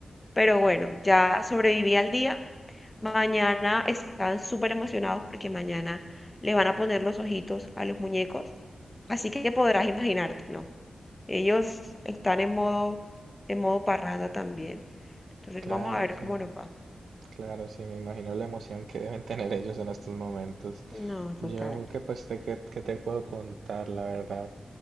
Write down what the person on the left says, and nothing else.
Pero bueno, ya sobreviví al día Mañana están súper emocionados porque mañana le van a poner los ojitos a los muñecos, así que podrás imaginarte, ¿no? Ellos están en modo, en modo parranda también. Entonces
vamos a ver cómo
nos va.
No, total.